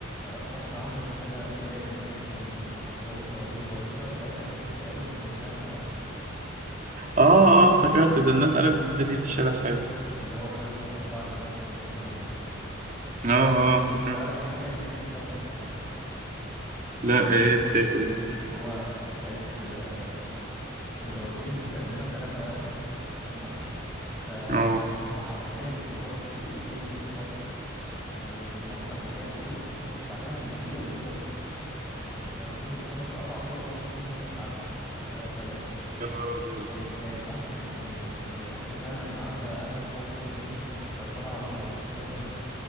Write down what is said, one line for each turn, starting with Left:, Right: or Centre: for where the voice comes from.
Centre: مصر عملت أداء جامد جدا قدام البرازيل البرازيل بقى ساعتها كانت في عز مجدها بقى
Right: اه اه افتكرت ده الناس قلبت الدنيا في الشارع ساعتها
Centre: اللي هو خلص 4-3 للبرازيل
Right: اه اه افتكرت
Centre: انت عارف حكاية الماتش ده ولا مش عارف
Right: لا ايه حكايته ايه
Centre: هو كانت آه، البرازيل بتقدمها 3-1 تمام ف...
Right: اه
Centre: فحرفيا في ظرف دقيقتين بالظبط يعني مسرح جايبه جول وبعدها بدقيقة بالظبط ب- ب- البرازيل بتسنتر قطع الكرة وجابوا الجون التاني وتعادلوا بقى 3 3
Right: يا نهار ابيض
Centre: كانت كانت مصر يعني كانت مصر فعلا عاملة أداء قوي جدا جدا ومسيطرة على البرازيل تماما